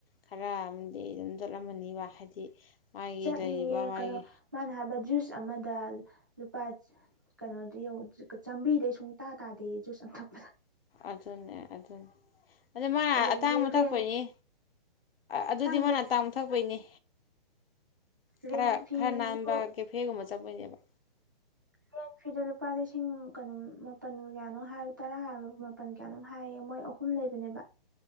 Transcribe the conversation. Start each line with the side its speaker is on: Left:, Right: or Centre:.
Left: ꯈꯔ ꯑꯃꯗꯤ ꯑꯗꯨꯝ ꯆꯠꯂꯝꯃꯅꯤꯕ ꯍꯥꯏꯗꯤ ꯃꯥꯒꯤ
Right: ꯆꯠꯅꯤꯡꯌꯦ
Left: ꯂꯩꯔꯤꯕ ꯃꯥꯒꯤ
Right: ꯀꯟꯅꯣ ꯃꯥꯅ ꯍꯥꯏꯕ ꯖꯨꯏꯁ ꯖꯨꯁ ꯑꯃꯗ ꯂꯨꯄꯥ ꯀꯩꯅꯣꯗ ꯌ ꯆꯥꯝꯃꯔꯤꯗꯩ ꯁꯨꯡꯇꯥꯥ ꯇꯥꯗꯦ ꯖꯨꯁ ꯑꯝꯊꯛ
Left: ꯑꯗꯨꯅꯦ ꯑꯗꯨꯅꯤ ꯑꯗꯨ ꯃꯥ
Right: ꯑꯗꯒꯤ
Left: ꯑꯇꯥꯡꯕ
Right: ꯔꯦꯟ
Left: ꯊꯛꯄꯩꯅꯤ ꯑꯗꯨꯗꯤ
Right: ꯈꯪꯗꯦ
Left: ꯃꯥꯅ ꯑꯇꯥꯡꯕ ꯊꯛꯄꯩꯅꯤ ꯈꯔ
Right: ꯔꯦꯟ ꯐꯤꯁꯨ
Left: ꯈꯔ ꯅꯥꯟꯕ ꯀꯦꯐꯦꯒꯨꯝꯕ ꯆꯞ ꯃꯩꯅꯦꯕ꯫
Right: ꯐꫭꯟ ꯐꯤꯗꯨ ꯂꯨꯄꯥ ꯂꯤꯁꯤꯡ ꯀꯩꯅꯣ ꯃꯥꯄꯟꯒ ꯀꯌꯥꯅꫭ ꯍꯥꯏꯕ ꯑꯃꯒ ꯃꯥꯄꯜ ꯀꯌꯥꯅꯣꯝ ꯍꯥꯏꯌꯦ ꯃꯣꯏ ꯑꯍꯨꯝ ꯂꯩꯕꯅꯦꯕ꯫